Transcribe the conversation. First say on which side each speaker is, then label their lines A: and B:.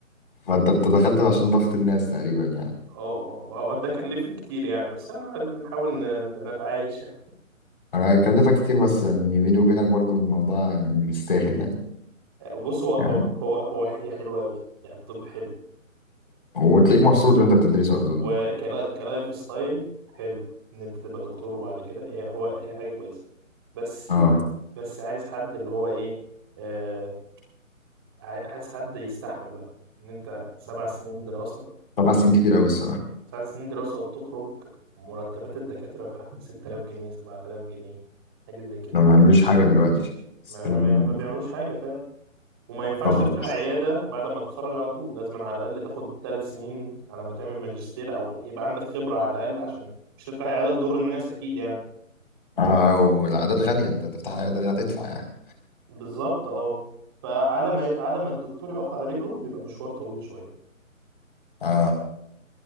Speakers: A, on the left; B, on the right.
A: فانت انت دخلت عشان ضغط الناس تقريبا يعني
B: اه اه وهو ده كلفني كتير يعني بس أنا بنحاول ن- ن- نتعايش يعني
A: انا هكلفك كتير بس يعني بيني وبينك برضو الموضوع يعني مستاهل يعني
B: بص هو هو
A: يعني
B: هو هو هي حلوه قوي يعني الطب حلو
A: وتلاقيك مبسوط وانت بتدرسه اظن
B: وكلايف ستايل حلو ان انت تبقى دكتور وبعد كده هي هو هي حاجه كويسه بس
A: اه
B: بس عايز حد اللي هو ايه آه عاي- عايز حد يستحمل بقى ان انت سبع سنين دراسه
A: طبعا سنين كتير قوي الصراحه
B: سبع سنين دراسه وبتخرج مرتبات الدكاتره في حدود 6000 جنيه 7000 جنيه حاجه زي كده
A: ما بعملوش حاجه دلوقتي بس
B: ما, بيع-
A: كانوا
B: ما,
A: بين-
B: ما بيعملوش حاجه فعلا وما ينفعش
A: طبعا
B: تفتح عياده بعد ما تتخرج على طول لازم على الاقل تاخد ثلاث سنين على ما تعمل ماجستير او يبقى عندك خبره على الاقل عشان مش تفتح عيادة تضر الناس أكيد يعني
A: اه والعادات غاليه انت تفتح عياده دي هتدفع يعني
B: بالظبط اه فعلى ما على ما الدكتور يقف على رجله بيبقى مشوار طويل شوية
A: اه